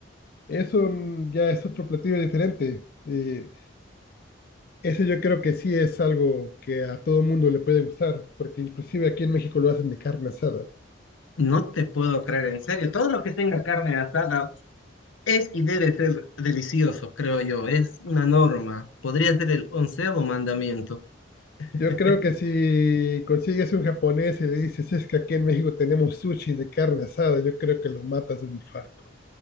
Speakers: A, on the left; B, on the left.
A: eso mm, ya es otro platillo diferente. Eh, ese yo creo que sí es algo que a todo mundo le puede gustar, porque inclusive aquí en México lo hacen de carne asada.
B: No te puedo creer, en serio, todo lo que tenga carne asada es y debe ser delicioso, creo yo. Es una norma. Podría ser el onceavo mandamiento. <laughs>
A: Yo creo que si consigues un japonés y le dices, es que aquí en México tenemos sushi de carne asada, yo creo que lo matas de un infarto.